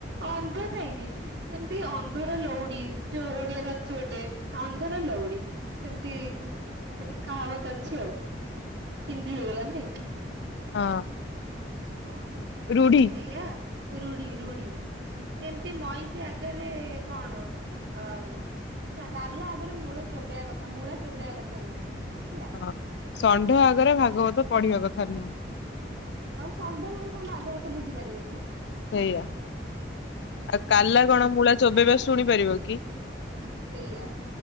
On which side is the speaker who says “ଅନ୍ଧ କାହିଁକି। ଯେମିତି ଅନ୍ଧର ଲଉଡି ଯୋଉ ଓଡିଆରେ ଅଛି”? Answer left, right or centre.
Right